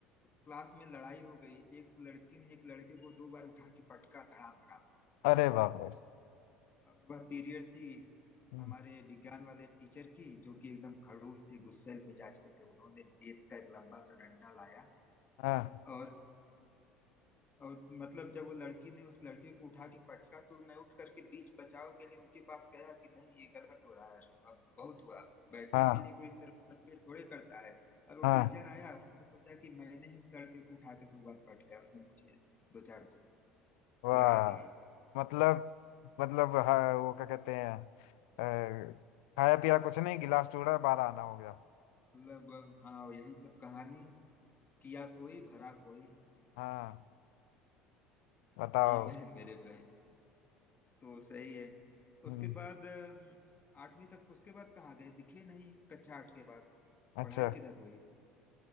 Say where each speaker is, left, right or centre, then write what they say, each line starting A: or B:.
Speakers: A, on the left (about 30°); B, on the left (about 65°).
A: क्लास में लड़ाई हो गई एक लड़की ने एक लड़के को दो बार उठा के पटका धड़ाम धड़ाम
B: अरे बाप रे
A: और वह पीरियड थी
B: हम्म,
A: हमारे विज्ञान वाले टीचर की जो कि एकदम खड़ूस थे गुस्सैल मिजाज के थे उन्होंने रेत का एक लंबा सा डंडा लाया
B: हाँ
A: और और मतलब जब वो लड़की ने उस लड़के को उठा के पटका तो मैं उठ करके बीच बचाव के लिए उनके पास गया कि नहीं ये गलत हो रहा है अब बहुत हुआ बैठने
B: हाँ
A: के लिए कोई इस तरह मारपीट थोड़े करता है और वो
B: हाँ
A: टीचर आया उसने सोचा कि मैंने ही उस लड़के को उठा के दो बार पटका उसने मुझे दो चार
B: वाह
A: लगा दिए
B: मतलब मतलब हाँ वो क्या कहते हैं अ, खाया पिया कुछ नहीं गिलास टूटा बारह आना हो गया
A: मतलब हाँ यही सब कहानी किया कोई भरा कोई
B: हाँ बताओ
A: जी मेरे मेरे भाई तो सही है उसके
B: हम्म
A: बाद अम, आठवीं तक उसके बाद कहाँ गए दिखे नहीं कक्षा आठ के बाद
B: अच्छा
A: पढ़ाई किधर हुई